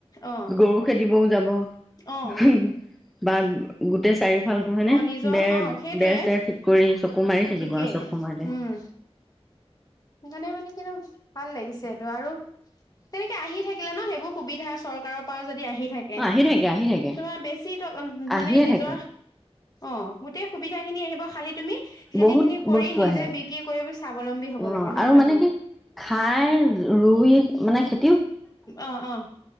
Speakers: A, on the left (about 35°); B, in the centre.
A: অ',
B: গৰু খেদিবও যাব বাহ
A: অ',
B: গোটেই চাৰি ভালটো হয়েনে,
A: অ', নিজৰ
B: বেৰ
A: অ', সেইটোৱে
B: বেৰ চেৰ ঠিক কৰি চকু মাৰি থাকিব
A: ঠিকেই
B: আৰু চব সময়তে
A: উম, সেইকাৰণে মানে কিন্তু ভাল লাগিছে এইটো আৰু তেনেকে আহি থাকিলে নহ সেইবোৰ সুবিধা চৰকাৰৰ পৰাও যদি আহি থাকে
B: আহি থাকে আহি থাকে
A: তোমাৰ বেছি ট মানে
B: আহিয়ে
A: নিজৰ
B: থাকে
A: অহ গোটেই সুবিধা খিনি আহিব খালি তুমি খেতি
B: বহুত
A: খিনি কৰি
B: বস্তু
A: নিজে
B: আহে
A: বিক্ৰী কৰি স্বাৱলম্বী হ'ব
B: অ',
A: লাগে। হয়
B: আৰু
A: নে নহয়?
B: মানে কি খাই ৰুই মানে খে
A: অহ অহ